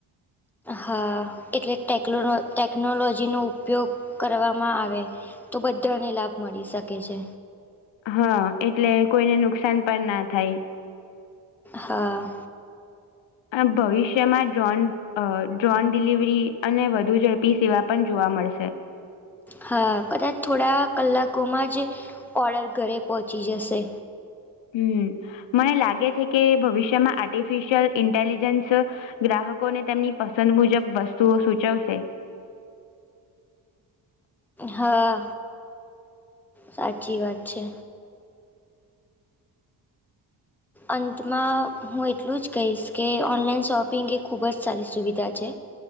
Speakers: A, in the centre; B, on the left.
A: હા એટલે ટેક્નોલ, ટેકનોલોજીનો ઉપયોગ કરવામાં આવે. તો બધાને લાભ મળી શકે છે.
B: હા એટલે કોઈને નુકસાન પણ ના થાય.
A: હા.
B: અ ભવિષ્યમાં ડ્રોન અહ ડ્રોન ડિલિવરી અને વધુ ઝડપી સેવા પણ જોવા મળશે.
A: હા, કદાચ થોડા કલાકોમાં જ ઓર્ડર ઘરે પહોંચી જશે.
B: હમમ. મને લાગે છે કે ભવિષ્યમાં આર્ટિફિશયલ ઇન્ટેલિજન્સ ગ્રાહકોને તેમની પસંદ મુજબ વસ્તુઓ સૂચવશે.
A: હા સાચી વાત છે. અંતમાં હું એટલું જ કહીશ કે ઓનલાઈન શોપિંગ એ ખૂબ જ સારી સુવિધા છે.